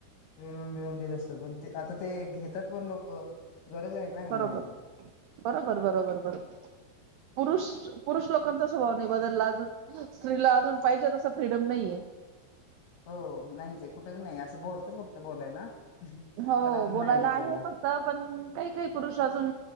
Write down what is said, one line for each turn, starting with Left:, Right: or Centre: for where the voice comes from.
Left: दळून बिळून देत असतात, पण ते आता ते घेतात पण लोक. गरज आहे ना
Right: बरोबर,
Left: ह्याची
Right: बरोबर, बरोबर, बरोबर. पुरुष, पुरुष लोकांचा स्वभाव नाही बदलला आजुन. स्त्रीला अजून पाहिजे तस, फ्रीडम नाहीे ए.
Left: हो, नाहीच ए कुठच नाही असं बोलतच फक्त बोलायला,
Right: हो
Left: पण अजून
Right: बोलायला
Left: नाही तेवढा.
Right: आहे फक्त पण काही काही पुरुष अजून